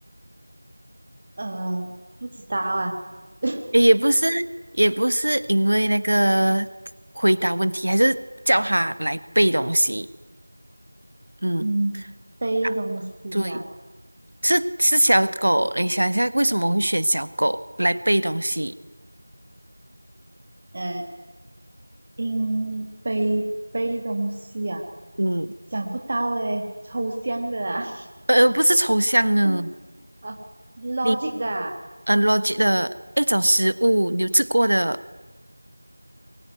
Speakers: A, on the right; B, on the right.
A: 呃，不知道啊。<laughs>
B: 也也不是，也不是因为那个回答问题，还是叫他来背东西。嗯，
A: 嗯，背东西呀、
B: 啊对。是是小狗，你想一下，为什么会选小狗来背东西？
A: 呃，应背背东西呀、
B: 嗯，
A: 想不到诶，抽象的啊，<laughs>
B: 呃，不是抽象呢，
A: 对啊，logic
B: 你
A: 的啊，
B: 呃 l o 的一种食物，你有吃过的？